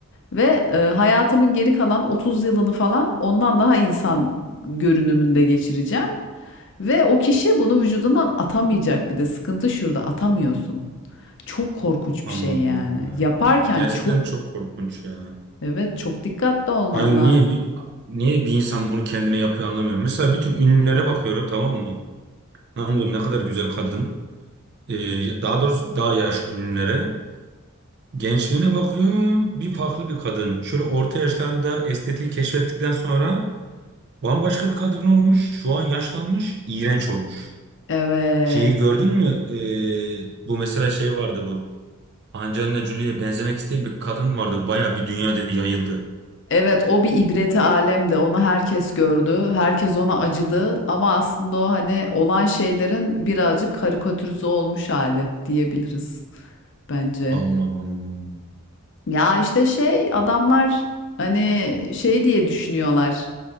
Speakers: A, on the left; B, on the right.
A: ve e, hayatımın geri kalan 30 yılını falan ondan daha insan görünümünde geçireceğim. Ve o kişi bunu vücudundan atamayacak bir de sıkıntı şurada atamıyorsun. Çok korkunç
B: Allah'ım
A: bir şey yani.
B: yarabbim.
A: Yaparken
B: Gerçekten
A: çok
B: çok korkunç ya.
A: evet çok dikkatli olman
B: Yani
A: lazım.
B: niye bir niye bir insan bunu kendine yapıyor anlamıyorum. Mesela bütün ünlülere bakıyorum tamam mı? Lan diyorum ne kadar güzel kadın. Ee, daha doğrusu daha yaşlı ünlülere. Gençliğine bakıyorum bir farklı bir kadın. Şöyle orta yaşlarında estetiği keşfettikten sonra bambaşka bir kadın olmuş. Şu an yaşlanmış, iğrenç olmuş.
A: Evet.
B: Şeyi gördün mü? Ee, bu mesela şey vardı bu. Angelina Jolie'ye benzemek isteyen bir kadın vardı. Baya bir dünyada yayıldı.
A: Evet o bir ibreti alemde onu herkes gördü. Herkes ona acıdı ama aslında o hani olan şeylerin birazcık karikatürize olmuş hali diyebiliriz bence.
B: Allah Allah.
A: Ya işte şey adamlar hani şey diye düşünüyorlar.